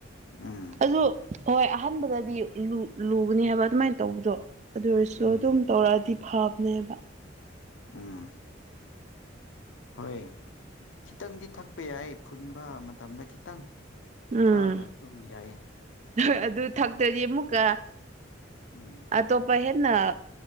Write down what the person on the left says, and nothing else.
ꯎꯝ
ꯎꯝ
ꯎꯝ ꯍꯣꯏ ꯈꯤꯇꯪꯗꯤ ꯊꯛꯄ ꯌꯥꯏ ꯐꯨꯟꯕ ꯃꯇꯝꯗ ꯈꯤꯇꯪ
ꯊꯛꯑꯒ ꯑꯗꯨꯝ ꯌꯥꯏꯌꯦ
ꯎꯝ